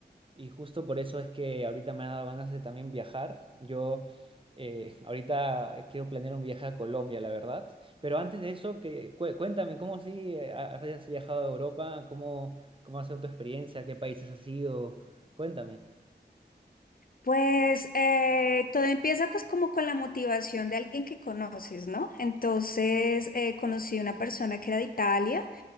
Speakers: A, on the right; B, on the left.
A: Y justo por eso es que ahorita me ha dado ganas de también viajar. Yo eh, ahorita eh, quiero planear un viaje a Colombia, la verdad. Pero antes de eso, que, cué- cuéntame, ¿cómo así eh, ha- has viajado a Europa? ¿Cómo, cómo ha sido tu experiencia? ¿Qué países has ido? Cuéntame.
B: Pues eh, todo empieza pues como con la motivación de alguien que conoces, ¿no? Entonces eh, conocí una persona que era de Italia